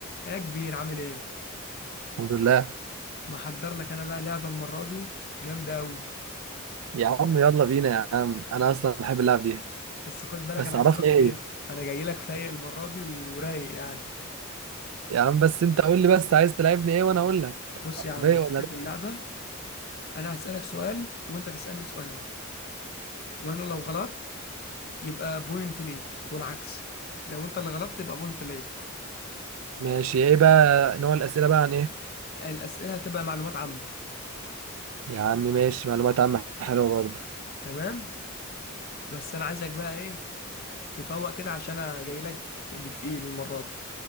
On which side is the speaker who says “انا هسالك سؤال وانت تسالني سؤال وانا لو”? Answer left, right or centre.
Left